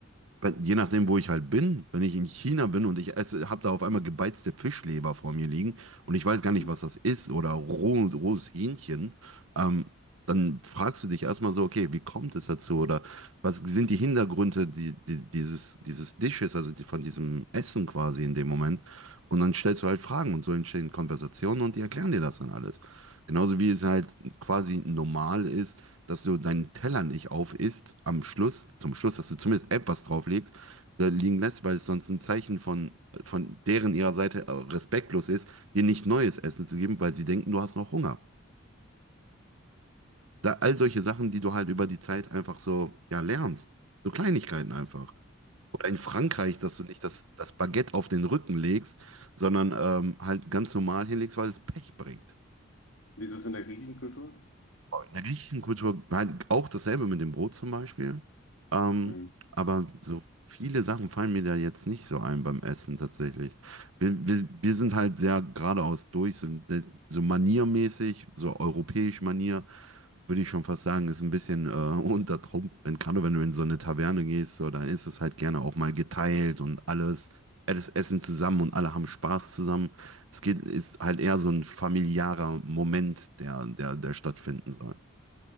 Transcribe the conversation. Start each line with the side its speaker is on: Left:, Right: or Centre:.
Right: Bei- Je nachdem, wo ich halt bin, wenn ich in China bin und ich esse, habe da auf einmal gebeizte Fischleber vor mir liegen und ich weiß gar nicht,
Left: Mhm.
Right: was das ist oder roh, rohes Hähnchen, ähm, dann fragst du dich erstmal so, okay, wie kommt es dazu oder was sind die Hintergründe die, die, dieses, dieses Dishes, also die, von diesem Essen quasi in dem Moment. Und dann stellst du halt Fragen und so entstehen Konversationen und die erklären dir das dann alles. Genauso wie es halt quasi normal ist, dass du deinen Teller nicht aufisst am Schluss, zum Schluss, dass du zumindest etwas drauflegst, äh, liegen lässt, weil es sonst ein Zeichen von, von deren ihrer Seite äh, respektlos ist, dir nicht neues Essen zu geben, weil sie denken, du hast noch Hunger. Da, all solche Sachen, die du halt über die Zeit einfach so, ja, lernst. So Kleinigkeiten einfach. Oder in Frankreich,
Left: Wie
Right: dass du nicht das, das Baguette auf den Rücken legst, sondern ähm, halt ganz normal hinlegst, weil es Pech bringt.
Left: ist es in der griechischen Kultur?
Right: in der griechischen Kultur halt auch dasselbe mit dem Brot zum Beispiel. Ähm,
Left: Mhm.
Right: aber so viele Sachen fallen mir da jetzt nicht so ein beim Essen tatsächlich. Wir, wir, wir sind halt sehr geradeaus durch, so, so maniermäßig, so europäisch Manier, würde ich schon fast sagen, ist ein bisschen äh, <laughs> unter Trumpf. Wenn, gerade wenn du in so eine Taverne gehst, so, dann ist es halt gerne auch mal geteilt und alles, alles Essen zusammen und alle haben Spaß zusammen. Es geht, ist halt eher so ein familiärer Moment, der, der, der stattfinden soll.